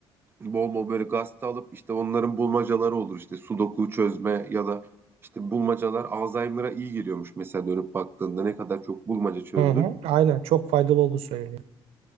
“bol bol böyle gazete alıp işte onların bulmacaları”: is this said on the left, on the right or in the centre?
Right